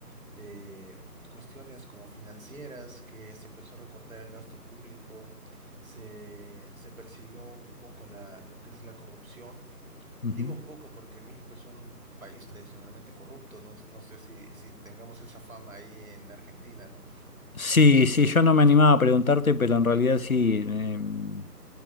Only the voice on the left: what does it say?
ujú.
Sí, sí, yo no me animaba a preguntarte, pero en realidad sí. em,